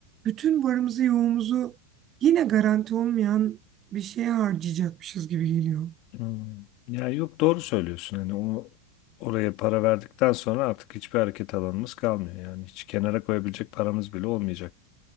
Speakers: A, on the right (about 30°); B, on the left (about 45°).
A: bütün varımızı yoğumuzu yine garanti olmayan bir şeye harcayacakmışız gibi geliyor.
B: Hmm. Ya yok doğru söylüyorsun hani o oraya para verdikten sonra artık hiçbir hareket alanımız kalmıyor yani hiç kenara koyabilecek paramız bile olmayacak